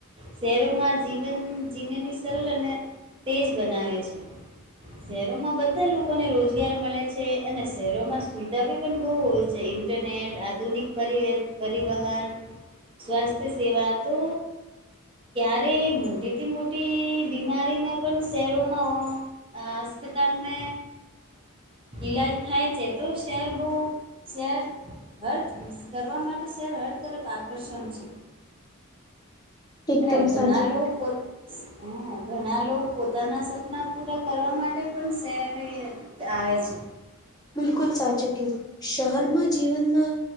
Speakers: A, on the right; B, on the left.
A: શહેરોમાં જીવન જીનેની સળ અને તેજ બનાવે છે. શહેરોમાં બધા લોકોને રોજગાર મળે છે અને શહેરોમાં સુવિધા ભી પણ બહુ હોય. જે ઇન્ટરનેટ, આધુનિક પરી પરિવહન સ્વાસ્થ્યસેવા તો ક્યારે મોટેથી મોટી બીમારીમાં પણ શહેરોમાં હસ્પતાલમે ઈલાજ થાય છે તો શહેર બહુ શહેર હર કરવા માટે શહેર હર તરફ આકર્ષણ છે.
B: એકદમ
A: અને ઘણા
B: સાચું
A: લોકો હ ઘણા લોક પોતાના સપના પૂરા કરવા માટે પણ શહેરે આવેે છે.
B: બિલકુલ સાચું કિધું, શહેરમાં જીવનમાં